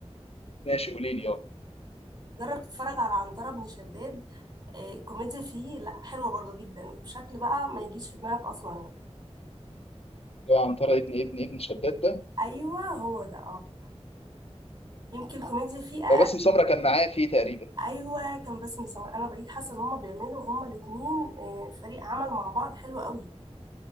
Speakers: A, on the left; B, on the right.
A: ماشي قولي لي اه
B: جرب تتفرج على عنترة بن شداد آه، الكوميديا فيه لا حلوة برضو جدا وبشكل بقى ما يجيش في دماغك أصلا يعني
A: اللي هو عنترة ابن ابن ابن شداد ده
B: أيوة هو ده اه يمكن الكوميديا فيه أقل
A: هو باسم سمرة كان معاه فيه تقريبا
B: أيوة كان باسم سمر أنا بقيت حاسة إن هما بيعملوا هما الاتنين آه، فريق عمل مع بعض حلو قوي